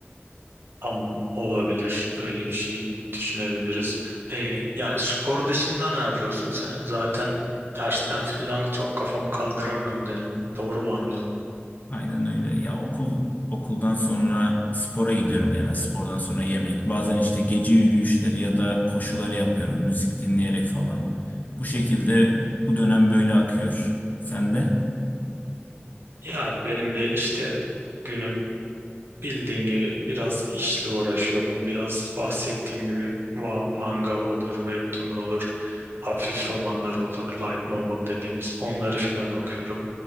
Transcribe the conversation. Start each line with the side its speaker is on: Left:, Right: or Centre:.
Right: Ama olabilir. Öyle bir şey düşünebiliriz. Ee, yani spor dışında ne yapıyorsun? Sen zaten dersten falan çok kafamı kandıramıyorum dedim. Doğru mu anlıyorum?
Left: Aynen öyle. Ya okul okuldan sonra spora gidiyorum genel. Spordan sonra yemek. Bazen işte gece yürüyüşleri ya da koşuları yapıyorum. Müzik dinleyerek falan. Bu şekilde bu dönem böyle akıyor. Sen de?
Right: Yani benim de işte günüm Bildiğin gibi biraz işle uğraşıyorum. Biraz bahsettiğim gibi va- manga olur, webtoon olur, hafif romanlar olur, light novel dediğimiz onları filan okuyorum.